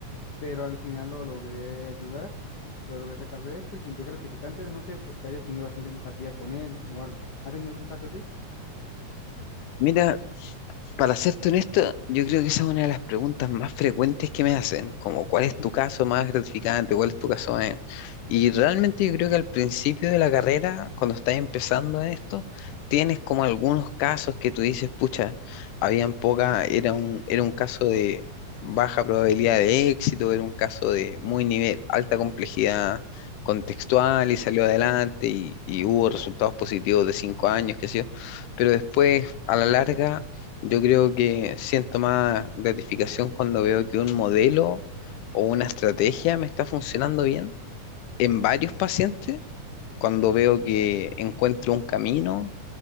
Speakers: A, on the left; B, on the left.
A: pero al final lo logré ayudar, lo logré sacar de esto y se sintió gratificante, no sé, porque haya tenido bastante empatía con él o algo. ¿Ha tenido algún caso así?
B: Mira, Para serte honesto, yo creo que esa es una de las preguntas más frecuentes que me hacen, como cuál
A: <laughs>
B: es tu caso más gratificante, cuál es tu caso más... Y realmente yo creo que al principio de la carrera, cuando estás empezando en esto, tienes como algunos casos que tú dices, pucha, habían poca, era un, era un caso de baja probabilidad de éxito, era un caso de muy nivel, alta complejidad contextual y salió adelante y, y hubo resultados positivos de cinco años, qué sé yo, pero después a la larga yo creo que siento más gratificación cuando veo que un modelo o una estrategia me está funcionando bien en varios pacientes, cuando veo que encuentro un camino